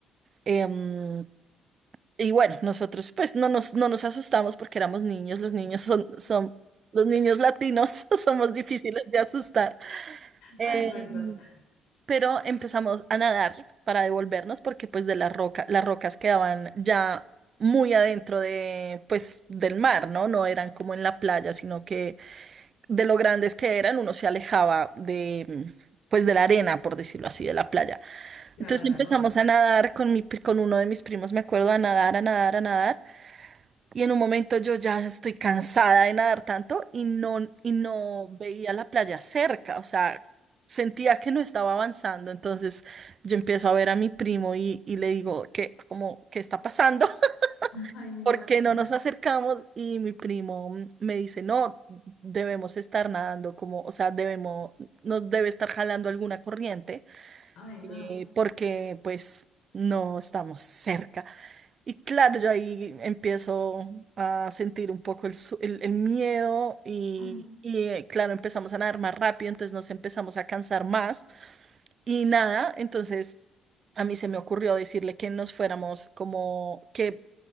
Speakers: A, on the right (about 50°); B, on the left (about 70°).
A: Em, y bueno, nosotros pues no nos, no nos asustamos porque éramos niños, los niños son, son, los niños latinos <laughs> somos difíciles de asustar. Em,
B: Ah, Exacto.
A: pero empezamos a nadar para devolvernos porque pues de las rocas, las rocas quedaban ya muy adentro de pues del mar, ¿no? No eran como en la playa, sino que de lo grandes que eran uno se alejaba de mm, pues de la arena, por decirlo así, de la playa.
B: Claro,
A: Entonces
B: de la
A: empezamos
B: costa.
A: a nadar con mi, pri- con uno de mis primos, me acuerdo, a nadar, a nadar, a nadar. Y en un momento yo ya estoy cansada de nadar tanto y no, y no veía la playa cerca, o sea, sentía que no estaba avanzando. Entonces yo empiezo a ver a mi primo y, y le digo que, como, ¿qué está pasando? <laughs>
B: Ay, no.
A: ¿Por qué no nos acercamos? Y mi primo mm, me dice, no, debemos estar nadando, como, o sea, debemos, nos debe estar jalando alguna corriente,
B: Ay, no.
A: eh, porque pues no estamos cerca. Y claro, yo ahí empiezo a sentir un poco el, su- el- el miedo y,
B: Mm.
A: y, eh, claro, empezamos a nadar más rápido, entonces nos empezamos a cansar más y nada, entonces a mí se me ocurrió decirle que nos fuéramos como que,